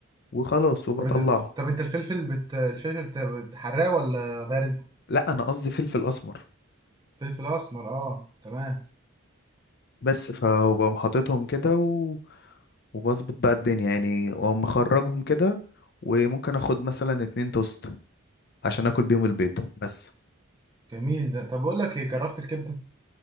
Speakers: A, on the left; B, on the right.
A: وخلاص وبطلعه
B: طب انت طب انت الفلفل بت... الفلفل بت... بتحرقه ولا بارد
A: لا انا قصدي فلفل اسمر
B: فلفل اسمر اه تمام
A: بس فبقوم حاططهم كده و... وبظبط بقى الدنيا يعني واقوم مخرجهم كده وممكن اخد مثلا اتنين توست عشان اكل بيهم البيض بس
B: جميل ده طب اقول لك ايه جربت الكبده